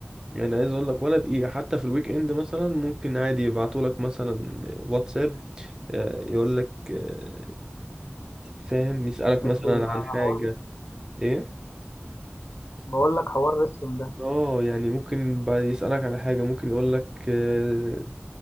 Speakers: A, on the right; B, on the left.
A: يعني عايز أقول لك ولا دقيقة حتى في الويك إند مثلا ممكن عادي يبعتولك مثلا واتساب آه، يقول لك آه، فاهم يسألك مثلا
B: اخي
A: عن حاجة
B: ده حوار
A: إيه؟
B: بقول لك حوار رخم ده
A: اه يعني ممكن بعد يسألك على حاجة ممكن يقول لك آه،